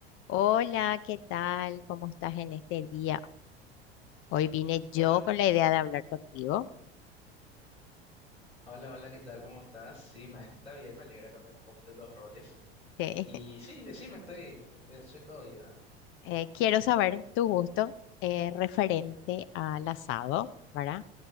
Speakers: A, on the left; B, on the left.
A: Hola, ¿qué tal? ¿Cómo estás en este día? Hoy vine yo
B: Hola,
A: con la idea de hablar contigo. <laughs>
B: hola, hola, ¿qué tal? ¿Cómo estás? Sí, me- <laughs> está bien, me alegra, cambiamos un poquito los roles.
A: Sí.
B: Y sí, decime, estoy, eh, soy todo oído,
A: Eh, quiero saber tu gusto eh, referente al asado, ¿verdad?